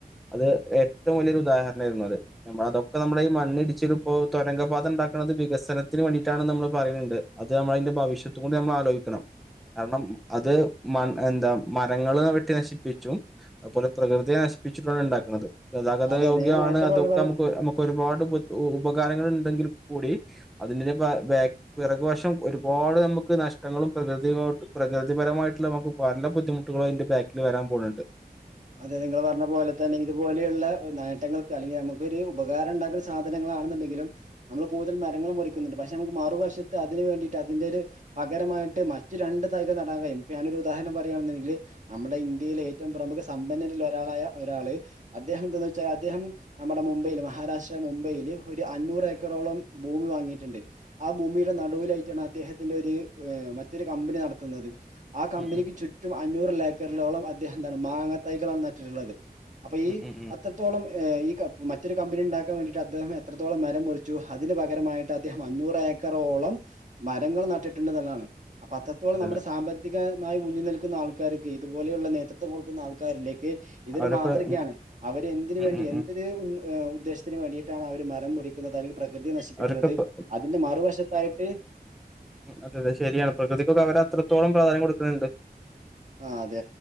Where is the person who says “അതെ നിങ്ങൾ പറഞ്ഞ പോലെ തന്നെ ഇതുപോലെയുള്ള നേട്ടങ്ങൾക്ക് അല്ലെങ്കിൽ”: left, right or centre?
Right